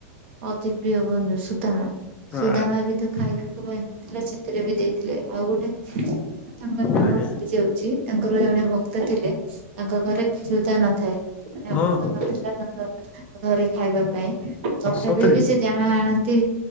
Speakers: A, on the right; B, on the left.
A: ଅତି ପ୍ରିୟ ବନ୍ଧୁ ସୁଦ୍ଦାମା।
B: ହଁ
A: ସୁଦାମା ବି ତ ଖାଇବାକୁ ପାଇ ନଥିଲା ସେଥିରେ ବି ଦେଇଥିଲେ, ଆଉ ଗୋଟେ ତାଙ୍କ ନାମ
B: ଆଜ୍ଞା
A: ଭୁଲି ଯାଉଛି, ତାଙ୍କର ଜଣେ ଭକ୍ତ ଥିଲେ ତାଙ୍କ ଘରେ କ୍ଷ୍ୟୁଦା ନଥାଏ ମାନେ
B: ହଁ
A: ଅନ୍ନ ନଥିଲା ତାଙ୍କ ଘରେ ଖାଇବା ପାଇଁ ତଥାପି
B: ସତରେ
A: ବି ସେ ଯାହା ଆଣନ୍ତି